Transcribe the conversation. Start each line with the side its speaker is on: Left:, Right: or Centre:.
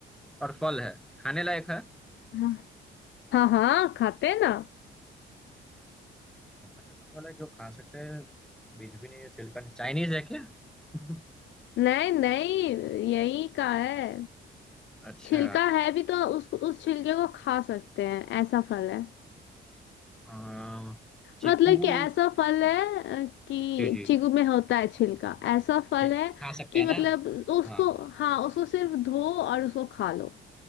Centre: और फल है खाने लायक है
Left: हाँ हाँ हाँ खाते हैं ना
Centre: ऐसा कैसा सवाल है जो खा सकते हैं बीज भी नहीं है छिलका नहीं चाइनीज है क्या <laughs>
Left: नहीं नहीं यही का है
Centre: अच्छा
Left: छिलका है भी तो उस उस छिलके को खा सकते हैं ऐसा फल है
Centre: अम, चीकू
Left: मतलब कि ऐसा फल
Centre: जी
Left: है अ, कि
Centre: जी
Left: चीकू में होता है छिलका ऐसा फल
Centre: ठीक,
Left: है
Centre: खा सकते
Left: कि
Centre: हैं ना
Left: मतलब उसको
Centre: हाँ
Left: हाँ उसको सिर्फ धो और उसको खा लो